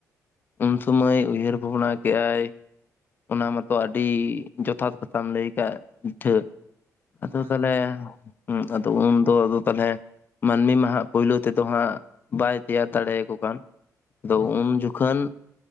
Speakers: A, on the left; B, on the right.
A: ᱩᱱ ᱥᱚᱢᱚᱹᱭ ᱩᱭᱦᱟᱹᱨ ᱵᱷᱟᱵᱽᱱᱟ ᱠᱮᱼᱟᱭ ᱚᱱᱟ ᱢᱟᱛᱚ ᱟᱹᱰᱤ ᱡᱚᱛᱷᱟᱛ ᱠᱟᱛᱷᱟᱢ ᱞᱟᱹᱭ ᱟᱠᱟᱫ ᱞᱤᱴᱷᱟᱹ᱾ ᱟᱫᱚ
B: ᱦᱳᱭ
A: ᱛᱟᱦᱚᱞᱮ
B: ᱜᱚᱝᱠᱮ
A: ᱟᱫᱚ ᱩᱱ ᱫᱚ ᱟᱫᱚ ᱛᱟᱦᱚᱞᱮ ᱢᱟᱹᱱᱢᱤ ᱢᱟ ᱦᱟᱸᱜ ᱯᱳᱭᱞᱳ ᱛᱮᱫᱚ ᱦᱟᱸᱜ ᱵᱟᱭ ᱛᱮᱭᱟᱨ ᱫᱟᱲᱮᱭ ᱟᱠᱚ ᱠᱟᱱ, ᱟᱫᱚ
B: ᱵᱟᱝ
A: ᱩᱱ ᱡᱚᱠᱷᱚᱱ